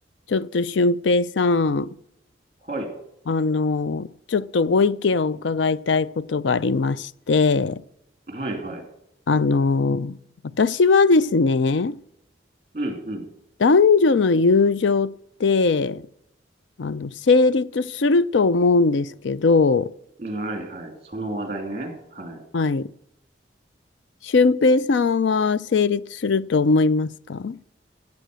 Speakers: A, on the left; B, on the right.
A: ちょっと俊平さん、
B: はい。
A: あの、ちょっとご意見を伺いたいことがありまして、
B: はいはい。
A: あの、私はですね、
B: うん、う
A: 男女の友情って、あの、成立すると思うんですけど、
B: ん。はいはい。その話題ね。はい。
A: はい。俊平さんは成立すると思いますか